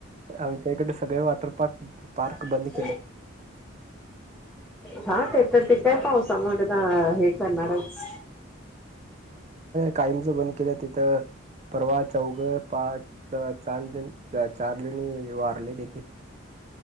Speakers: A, on the right (about 30°); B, in the centre.
A: आमच्या इकडे सगळे वॉटर पार्क पार्क
B: <inaudible>
A: बंद केलेत
B: हा ते तर ते काय पाऊसा मूळ हे करणारच.
A: कायमचं बंद केलं तिथं. परवा, चौघ -पाच च, चारजणी वारले तिथे.